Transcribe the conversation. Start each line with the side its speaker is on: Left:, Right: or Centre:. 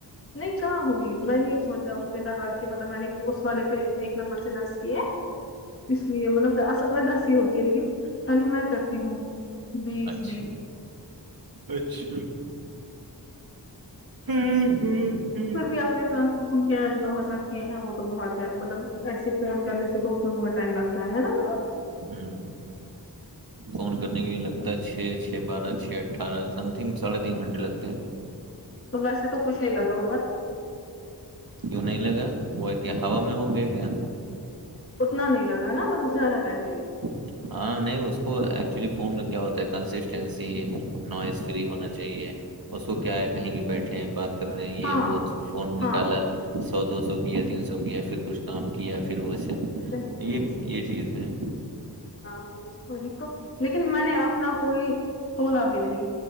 Left: نہیں کہاں ہوئی میں نہیں سوچا ہوں پہ لگا کے مطلب میں نے والے پہ ایک نمبر سے دس کیے اس لیے مطلب اصل میں دس ہوتی ہے لیکن خی میں کرتی ہوں بیس
Right: اچھا
Left: بھی
Right: اچھا ہوں ہوں ہوں
Left: اپنے ترنت کے جو حسر کیے ہیں وہ تو بہت ہے مطلب ایسے فون کرنے سے تو اس میں بہت ٹائم لگتا ہے ہے نا
Right: ہوں فون کرنے کے لیے لگتا ہے چھ چھ بارہ چھ اٹھارہ سم تھنگ ساڑھے تین گھنٹے لگتے ہیں
Left: تو ویسے تو کچھ نہیں لگا ہوگا نا
Right: کیوں نہیں لگا وہ کیا ہوا میں ہو گیا کیا
Left: اتنا نہیں لگا نا بل اس سے زدہ ٹائم نہیں لگا
Right: <inaudible> ہاں نہیں اس کو ایکچولی فون کا کیا ہوتا ہے کنسسٹینسی نوائز فری ہونا چاہیے اس کو کیا ہے کہیں بھی بیٹھے ہیں بات کر رہے ہیں
Left: لگا
Right: یہ
Left: ہاں
Right: وہ فون
Left: ہاں
Right: نکالا ہے سو دو سو کیا تین سو کیا پھر کچھ کام کیا پھر ویسے
Left: صحیح صحیح
Right: یہ
Left: صحیح
Right: یہ چیز ہیں
Left: ہاں وہی تو لیکن میں نے اپنا کوئی کھولا بھی نہیں